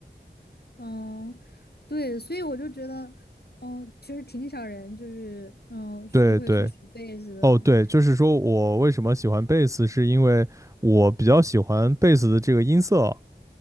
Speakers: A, on the left; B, on the right.
A: 嗯，对，所以我就觉得，嗯，其实挺少人就是嗯说会去学贝斯的。
B: 对对。哦，对，就是说我为什么喜欢贝斯，是因为我比较喜欢贝斯的这个音色。